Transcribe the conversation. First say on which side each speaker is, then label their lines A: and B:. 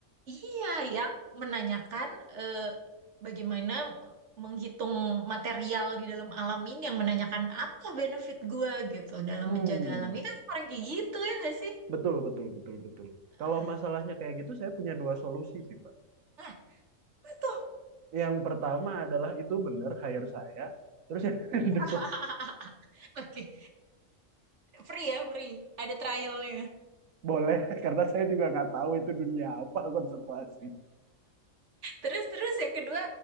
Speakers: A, on the right; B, on the right.
A: iya yang menanyakan eh, bagaimana menghitung material di dalam alam ini, yang menanyakan apa benefit gua gitu dalam
B: Hmm,
A: menjaga alam ini kan orang kayak gitu ya nggak sih?
B: betul, betul, betul, betul. Kalau
A: Ah,
B: masalahnya kayak gitu, saya punya dua solusi sih, Mbak.
A: nah, betul.
B: Yang pertama adalah itu benar hire saya. Terus yang <laughs> kedua,
A: <laughs> Oke. Free ya, free. Ada trialnya.
B: boleh, karena saya juga nggak tahu itu dunia apa konservasi.
A: Terus terus yang kedua